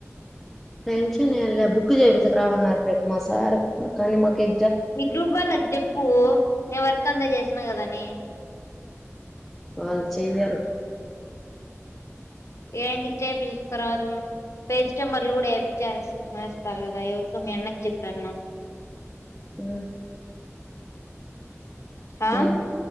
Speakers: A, in the centre; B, on the left.
A: టెన్షన్ ఏం లే బుక్ చేపించక రమన్నారు రేపు మా సార్ కానీ మాకు ఎ
B: మీ గ్రూప్ వాళ్ళకి చెప్పు నేను వర్క్ అంతా చేసిన కదని
A: వాల్ చెయ్యరు
B: ఏంటికి చేపిచ్క్ రారు పేజనెంబర్లు కూడా వేపి చేస్త చేస్తారు కదా ఎవరికో మీ అన్నకి చెప్పాన్నావ్
A: ఊ
B: ఆ
A: ఏ